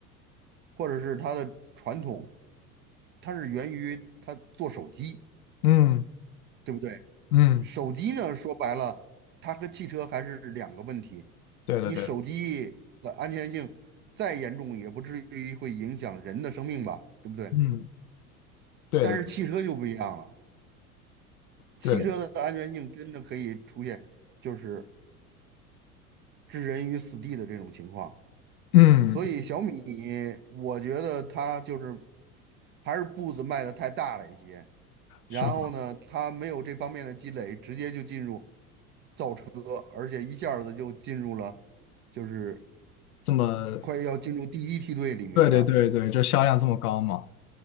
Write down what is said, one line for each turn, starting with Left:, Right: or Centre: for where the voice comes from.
Right: 或者是它的传统，它是源于它做手机，
Left: 嗯
Right: 对不对？
Left: 嗯，
Right: 手机呢，说白了，它和汽车还是两个问题。
Left: 对的对的，
Right: 你手机的安全性再严重，也不至于会影响人的生命吧，对不对？
Left: 嗯对的
Right: 但是汽车就不一样了，汽车的安全性真的可以出现就是
Left: 对的，
Right: 置人于死地的这种情况。
Left: 嗯，
Right: 所以小米，我觉得它就是还是步子迈得太大了一些，然后呢，
Left: 是
Right: 它没有这方面的积累，直接就进入和而且一下子就进入了，就是
Left: 这么
Right: 快要进入第一梯队里面了。
Left: 对对对对，就销量这么高嘛。